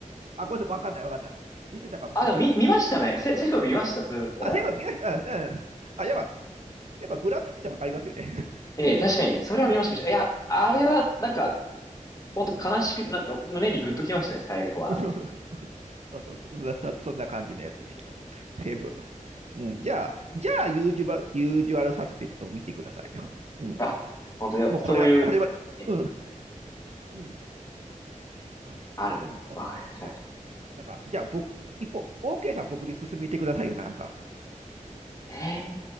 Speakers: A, on the right; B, on the left.
A: あ、ごめんなさい、わかんないわかんない。出てたかもしれない。
B: あ、でも見、見ましたね。セ、セフ見ました。
A: あ、
B: それだったら。
A: あセブン見ました。うん、うん。
B: 見ました。
A: あ、やばい。やっぱブラピッチってわかりますよね。<laughs>
B: ええ、
A: うん。
B: 確かに、それは見ました。見ましたいや、あれは、
A: うん
B: なんか、本当悲しくなって、
A: うん。
B: 胸にグッときましたね、最後は。
A: <laughs> そうそうそうそ、そんな感じのやつでした。セブン。うん、じゃあ、じゃあ、ユージュバユージュアルサスペクトも見てくださいよ。うん。
B: あ、本当やっぱそういう、
A: もうこれは、これは、
B: え、
A: うん、うん、ます。
B: あるんですね。
A: うん、だと思います。
B: わかりました。
A: はい。
B: わかりまし
A: なんか、じゃあ僕、一方、OK さん僕に進めてくださいよ、なんか。
B: たええ、何